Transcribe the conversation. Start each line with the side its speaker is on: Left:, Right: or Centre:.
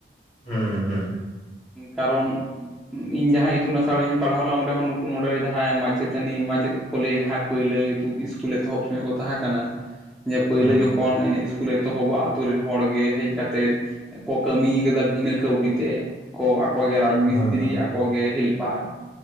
Left: ᱦᱮᱸ ᱦᱮᱸ
Centre: ᱠᱟᱨᱚᱱ ᱤᱧ ᱡᱟᱦᱟᱸ ᱤᱛᱩᱱ ᱟᱥᱲᱟ ᱨᱮᱧ ᱯᱟᱲᱦᱟᱣ ᱞᱮᱱᱟ ᱚᱸᱰᱮ ᱦᱚᱸ ᱱᱩᱠᱩ ᱱᱚᱸᱰᱮᱨᱮ ᱡᱟᱦᱟᱸᱭ ᱢᱟᱪᱮᱛᱟᱹᱱᱤ ᱢᱟᱪᱮᱫ ᱠᱚᱞᱮ ᱡᱟᱦᱟᱸ ᱯᱳᱭᱞᱳ ᱤᱥᱠᱩᱞ ᱮᱛᱚᱦᱚᱵ ᱥᱚᱸᱜᱮ ᱠᱚ ᱛᱟᱦᱮᱸ ᱠᱟᱱᱟ ᱯᱳᱭᱞᱳ
Left: ᱦᱩᱸ
Centre: ᱡᱚᱠᱷᱚᱱ ᱛᱚᱠᱷᱚᱱ ᱤᱥᱠᱩᱞ ᱮᱛᱚᱦᱚᱵᱚᱜᱼᱟ ᱟᱛᱳ ᱨᱮᱱ ᱦᱚᱲ ᱜᱮ ᱦᱮᱡ ᱠᱟᱛᱮᱫ ᱠᱚ ᱠᱟᱹᱢᱤᱭ ᱟᱠᱟᱫᱟ ᱵᱷᱤᱱᱟᱹ ᱠᱟᱹᱣᱰᱤ ᱛᱮ ᱟᱠᱚ ᱨᱟᱡᱽ ᱢᱤᱥᱛᱤᱨᱤ
Left: ᱦᱩᱸ
Centre: ᱟᱠᱚ ᱦᱮᱞᱯᱟᱨ